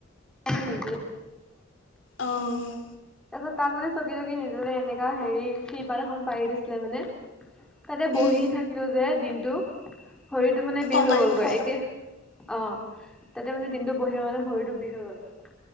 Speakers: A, in the centre; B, on the left (about 70°).
A: <unintelligible>
B: অহ
A: তাপিছত তাত মানে চকী তকি নিদিলে এনেকা হেৰি টিপাল এখন পাৰি দিছিলে মানে তাতে বহি
B: উম
A: থাকিলো যে দিনটো শৰীৰটো মানে বিষ
B: কঁকাল
A: হৈ গ'ল
B: বিষাই
A: গৈ একে অ তাতে মানে দিনটো বহি মানে ভৰিটো বিষ হৈ গলগে